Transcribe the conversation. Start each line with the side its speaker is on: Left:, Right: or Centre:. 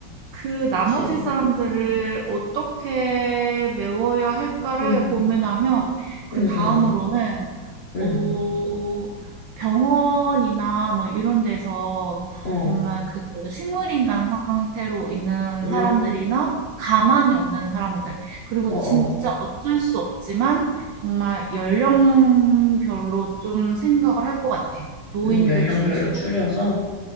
Right: 그
Left: 그치.
Right: 나머지 사람들을 어떻게 메워야 할까를
Left: 응,
Right: 고민하면 그
Left: 응,
Right: 다음으로는
Left: 응, 응,
Right: 어 병원이나 뭐 이런 데서
Left: 어,
Right: 정말 그 식물인간 상태로 있는
Left: 응,
Right: 사람들이나 가망이 없는 사람들 그리고
Left: 어,
Right: 진짜
Left: 어.
Right: 어쩔 수 없지만 정말 연령별로 좀 생각을 할 것 같아. 노인들
Left: 음, 연령별로
Right: 중심으로.
Left: 추려서